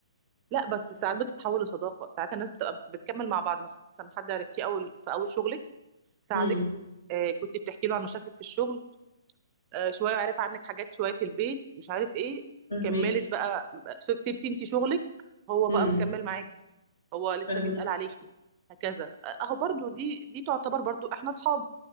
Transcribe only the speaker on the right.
لا بس ساعات بتتحول لصداقه ساعات الناس بتبقى بتكمل مع بعض مثلا حد عرفتيه اول في اول شغلك ساعدك
آه كنت بتحكي له عن مشاكلك في الشغل آه، شويه عارف عنك حاجات شويه في البيت مش عارف ايه
كملت بقى سب- سبتي انت شغلك هو
بقى مكمل معاكي هو لسه
بيسأل عليكي هكذا آه، اهو برضو دي دي تعتبر برضو احنا اصحاب